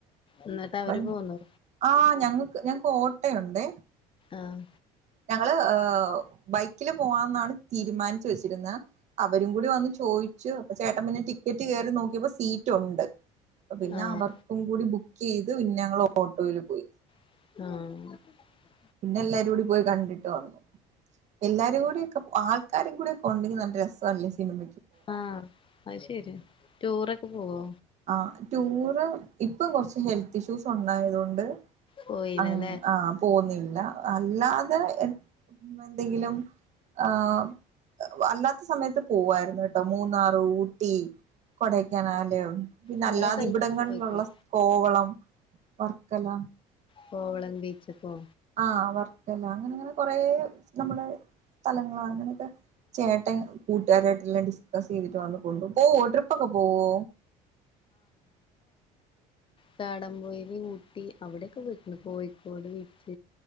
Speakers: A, on the left; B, on the right.
A: എന്നിട്ട്
B: <unintelligible>
A: അവര് പോന്നു
B: ആഹ് ഞങ്ങക്ക് ഞ ഫോട്ടയുണ്ടെ
A: ആഹ്
B: ഞങ്ങള് ഏഹ് ബൈക്കില് പോവാന്നാണ് തീരുമാനിച്ച് വെച്ചിരുന്ന് അ അവരും കൂടി വന്ന് ചോയിച്ചു അപ്പൊ ചേട്ടൻ പിന്ന ടിക്കറ്റ് കയറി നോക്കിയപ്പോ സീറ്റ് ഉണ്ട് അപ്പോ പിന്നെ
A: ആഹ്
B: അവർക്കും കൂടി ബുക്കീ <unintelligible> ന്നാ ഞങ്ങള് ഓട്ടോയിൽ പോയി
A: ആഹ്
B: പിന്നെ എല്ലരും കൂടി പോയി കണ്ടിട്ട് വന്നു എല്ലാരും കൂടി ഒക്കെ ആൾ ക്കാരും കൂടെ ഒക്കൊണ്ടെങ്കി നല്ല രസാല്ലേ സിനിമ
A: ആഹ് അത് ശരി ടൂറൊക്കെ പോവോ
B: ആ ടൂറ് ഇപ്പൊ കൊറച്ച് ഹെൽത്ത് ഇഷ്യൂസ് ഉണ്ടായത് കൊണ്ട്
A: പോയില്ലല്ലേ
B: അങ് ആഹ് പോന്നില് അല്ല അല്ലാതെ എന്തെങ്കിലും ആഹ് വ അല്ലാത്ത സമയത്ത് പോവായിരുന്നട്ടോ മൂന്നാറ് ഊട്ടി കൊടയ്ക്കനാല് പിന്നല്ലാതെ
A: എല്ലാ സ്ഥലത്തേക്കും
B: ഇവിടങ്ങളിലുള്ള
A: പോയിക്ക്ണ്
B: സ്കോവള അം വർക്കല
A: കോവളം ബീച്ച് ക്കോ
B: ആഹ് വർക്കല അങ്ങനെങ്ങനെ കുറേ നമ്മുടെ സ്ഥലങ്ങളാ അങ്ങനെയൊക്കെ ചേട്ടൻ കൂട്ടുകാര എലാം ഡിസ്കസ് ചെയ്തിട്ട് വന്ന് കൊണ്ടു പോവോ ട്രിപ്പൊക്കെ പോവോ
A: ചാടം പോയവി ഊട്ടി അവിടെയൊക്കെ വന്ന് കോയിക്കോട് വീട്ട